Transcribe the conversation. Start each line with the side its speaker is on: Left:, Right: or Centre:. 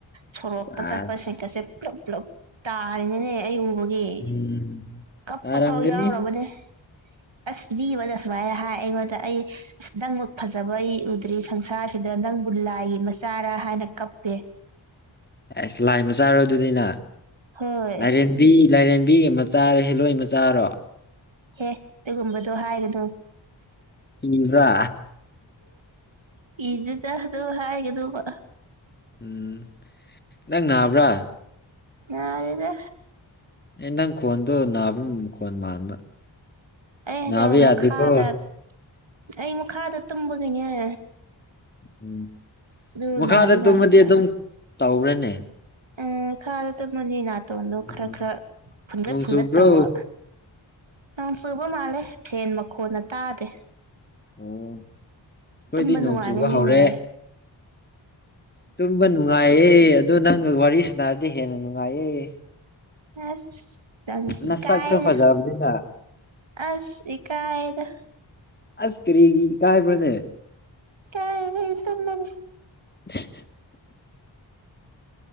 Right: ꯁꯣꯔꯣꯛꯇ
Left: ꯁꯥꯁ
Right: ꯆꯠꯄ ꯁꯀꯁꯦ ꯄꯨꯂꯞ ꯄꯨꯂꯞ ꯇꯥꯔꯤꯅꯤꯅꯦ ꯑꯩ ꯎꯕ ꯏ
Left: ꯎꯝ
Right: ꯀꯞꯄ
Left: ꯇꯥꯔꯝꯒꯅꯤ
Right: ꯐꯥꯎ ꯌꯥꯎꯔꯕꯅꯦ ꯑꯁ ꯃꯤꯃꯗ ꯁꯨꯃꯥꯏ ꯍꯥꯏ ꯑꯩ ꯗ ꯑꯩ ꯑꯁ ꯅꯪꯃꯛ ꯐꯖꯕ ꯑꯩ ꯎꯗ꯭ꯔꯤ ꯁꯪꯁꯥꯔꯁꯤꯗ ꯅꯪ ꯜꯂꯥꯏꯒꯤ ꯃꯆꯥꯔ ꯍꯥꯏꯅ ꯀꯞꯄꯦ
Left: ꯑꯁ ꯂꯥꯏ ꯃꯆꯥꯔ ꯑꯗꯨꯅꯤꯅ
Right: ꯍꯣꯏ
Left: ꯂꯥꯏꯔꯦꯝꯕꯤ ꯂꯥꯏꯔꯦꯟ ꯅꯨꯕꯤꯒ ꯃꯆꯥꯔꯣ ꯍꯤꯂꯣꯏ ꯃꯆꯥꯔꯣ
Right: ꯍꯦ ꯑꯗꯨꯒꯨꯝꯕꯗꯣ ꯍꯥꯏꯒꯅꯨ
Left: ꯀꯤꯕ꯭ꯔꯥ
Right: ꯀꯤꯗ‌ꯦꯗꯥ ꯑꯗꯨ ꯍꯥꯏꯒꯅꫭꯕ
Left: ꯎꯝ ꯅꯪ ꯅꯥꯕ꯭ꯔꯥ
Right: ꯅꯗ‌ꯦꯗꯥ
Left: ꯑꯦ ꯅꯪ ꯈꯣꯟꯗꯣ ꯅꯥꯕ ꯈꯣꯟ ꯃꯥꯟꯕ
Right: ꯑꯩꯗꯣ
Left: ꯅꯕꯥ
Right: ꯃꯈꯥꯗ
Left: ꯌꯥꯗ‌ꯦꯀꯣ
Right: ꯑꯩ ꯃꯈꯥꯗ ꯇꯨꯝꯕꯒꯤꯅꯦ
Left: ꯎꯝ
Right: ꯑꯗꯨ
Left: ꯃꯈꯥꯗ
Right: ꯅꯥꯒꯤ
Left: ꯇꯨꯝꯃꯗꯤ
Right: ꯅꯥꯒꯤ ꯇ
Left: ꯑꯗꯨꯝ ꯇꯧꯕ꯭ꯔꯅꯦ
Right: ꯎꯝ ꯃꯈꯥꯔꯗ ꯇꯨꯝꯕꯅꯤꯅ ꯅꯥꯇꯣꯟꯗꯣ
Left: ꯎꯝ
Right: ꯈꯔ ꯈꯔ ꯐꯨꯟꯒꯠ
Left: ꯅꯣꯡ
Right: ꯐꯨꯟꯒꯠ
Left: ꯆꯨꯕ꯭ꯔꯣ
Right: ꯇꯧꯕ ꯅꯣꯡ ꯆꯨꯕ ꯃꯥꯜꯂꯦ ꯐ‌ꯦꯟ ꯃꯈꯣꯟꯅ ꯇꯥꯗꯦ
Left: ꯑꯣ ꯑꯩꯈꯣꯏꯗꯤ
Right: ꯇꯨꯝꯕ
Left: ꯅꯣꯡ
Right: ꯅꯨꯡꯉꯥꯏꯒꯅꯤꯅꯦ
Left: ꯆꯨꯕ ꯍꯧꯔꯦ ꯇꯨꯝꯕ ꯅꯨꯡꯉꯥꯏꯌꯦ ꯑꯗꯣ ꯅꯪꯒ ꯋꯥꯔꯤ ꯁꯥꯟꯅꯔꯗꯤ ꯍꯦꯟꯅ ꯅꯨꯡꯉꯥꯏꯌꯦ
Right: ꯑꯁ ꯅꯪꯒꯤꯁꯤ
Left: ꯅꯁꯛꯁꯨ
Right: ꯀꯥꯏꯗ
Left: ꯐꯖꯕꯅꯤꯅ
Right: ꯑꯁ ꯀꯥꯏꯗ
Left: ꯑꯁ ꯀꯔꯤꯒꯤ ꯀꯥꯥꯏꯕꯔꯥꯅ‌ꯦ
Right: ꯏꯀꯥꯏ ꯑꯩ ꯇꯨꯝꯃꯒ‌ꯦ
Left: <unintelligible>